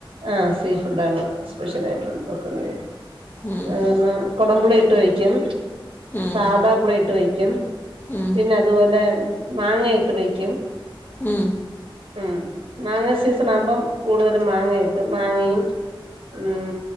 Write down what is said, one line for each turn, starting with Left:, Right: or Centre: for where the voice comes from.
Right: ആഹ് സീഫുഡാണ് സ് പെഷ്യലായിട്ട് വെക്കുന്നെയ്ന്
Left: ഉം
Right: ആഹ് ന്നാ കൊടമ്പുളി ഇട്ട് വെ ക്ക്യും
Left: ഉം
Right: സാദാ പുളിയിട്ട് വയ്ക്കും
Left: ഉം
Right: പിന്നെ അതുപോലെ മാങ്ങ ഇട്ട് വെയ്ക്കും
Left: ഉം
Right: ഉം മാങ്ങ സീസണാവുമ്പോം കൂടുതൽ ഇത് മാങ്ങയിട്ട് മാങ്ങയും ഉം